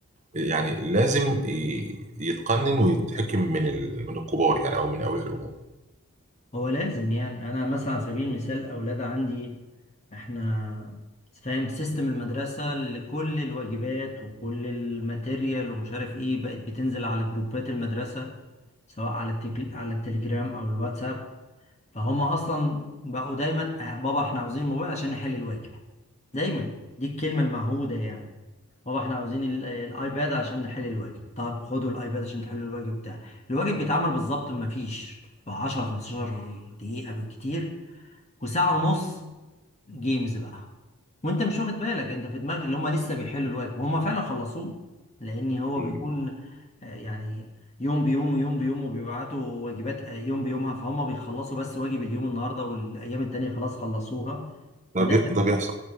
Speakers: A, on the right (about 30°); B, on the left (about 30°).
A: يعني لازم ي- يتقنن ويتحكم من ال... من الكبار يعني او من اولياء الامور
B: هو لازم يعني انا مثلا على سبيل المثال اولاد عندي احنا فاهم سيستم المدرسة لكل الواجبات وكل الماتيريال ومش عارف ايه بقت بتنزل على جروبات المدرسة سواء على التك... على التليجرام او الواتساب فهم اصلا بقوا دايما "آه، بابا احنا عاوزين موبايل عشان نحل الواجب دايما دي الكلمة المعهودة يعني بابا احنا عاوزين ال- الايباد عشان نحل الواجب طب خدوا الايباد عشان تحلوا الواجب بتاع الواجب بيتعمل بالظبط ما فيش ب 10 15 دقيقة بالكتير وساعة ونص جيمز بقى وانت مش واخد بالك انت في دماغك اللي هم لسه بيحلوا الواجب وهم فعلا خلصوه لان هو
A: مم.
B: بيكون آه، يعني يوم بيوم ويوم بيوم وبيبعتوا واجبات آه، يوم بيومها فهم بيخلصوا بس واجب اليوم النهارده والايام التانية خلاص خلصوها
A: ده
B: فده
A: بي... ده بيحصل